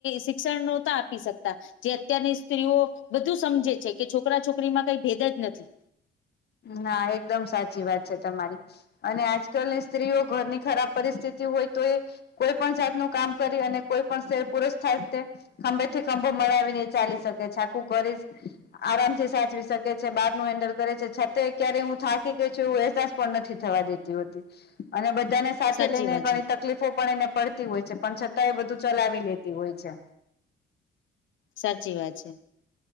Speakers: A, on the left; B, on the left.
A: શિક્ષણ નહોતા આપી શકતા. જે અત્યારની સ્ત્રીઓ બધું સમજે છે કે છોકરા છોકરીમાં કઈ ભેદ જ નથી.
B: ના એકદમ સાચી વાત છે તમારી. અને આજકાલની સ્ત્રીઓ ઘરની ખરાબ પરિસ્થિતિ હોય તો એ કોઈ પણ જાત નું કામ કરી અને કોઈ પણ શર પુરુષ થ ખંભે થી ખંભો મળાવીને એ ચાલી શકે છાકું કરી આરામથી સાચવી શકે છે બાર નું હેન્ડલ કરે છે. છ ક્યારેય હું થાકી ગઈ છું એવ અહેસાસ પણ નથી થવા દેતી હોતી અને બધાને સાથે
A: સાચી
B: લઈને
A: વાત
B: ઘણી
A: છે
B: તકલીફો પણ એને પડતી હોય છે પણ છતાં એ બધું ચલાવી લેતી હોય છે.
A: સાચી વાત છે.